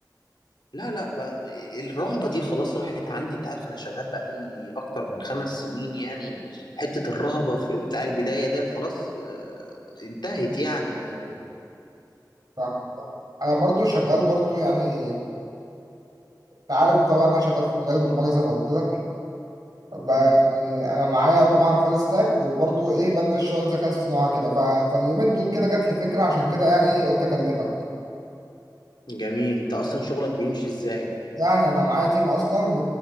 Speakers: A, on the left; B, on the right.
A: لا لا بقى الرهبة دي خلاص راحت عندي انت عارف انا شغال بقالي اكتر من خمس سنين يعني حتة الرهبة في بتاع البداية ديت خلاص آه، انتهت يعني
B: أيوة، فاهم انا برضو شغال برضو يعني انت عارف طبعا انا شغال في مجال البرمجه زي ما قلت لك بقى
A: مم.
B: يعني انا معايا طبعا فول ستاك وبرضو ايه بدرس شويه ذكاء اصطناعي كده ف... فاليومين دول كده جات لي فكره عشان كده يعني ايه قلت اكلمك
A: جميل انت اصلا شغلك بيمشي ازاي
B: يعني انا معايا تيم اصلا ب...